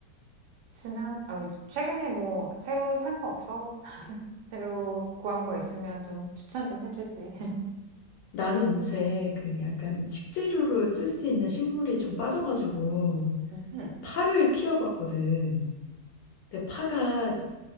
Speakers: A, on the right (about 75°); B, on the left (about 85°).
A: 지난, 어, 최근에 뭐, 새로 산 거 없어? <laughs> 새로 구한 거 있으면 좀 추천 좀 해주지. <laughs>
B: 나는 요새 그 약간 식재료로 쓸 수 있는 식물이 좀 빠져가지고,
A: 음흠.
B: 파를 키워봤거든. 근데 파가 좀-